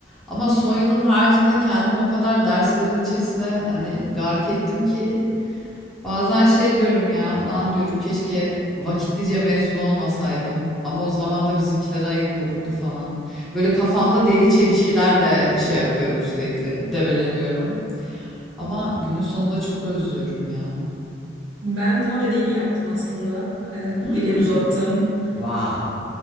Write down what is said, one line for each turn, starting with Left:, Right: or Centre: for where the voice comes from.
Centre: Ama son yılın haricinde kendimi o kadar derslerin içerisine hani gark ettim ki Bazen şey diyorum ya, lan diyorum keşke vakitlice mezun olmasaydım ama o zaman da bizimkilere ayıp olurdu falan. Böyle kafamda deli çelişkilerle şey yapıyorum sürekli, debeleniyorum. Ama günün sonunda çok özlüyorum ya.
Right: Ben tam dediğini yaptım aslında. Ee,
Centre: Hmm,
Right: bir yıl uzattım.
Centre: wow,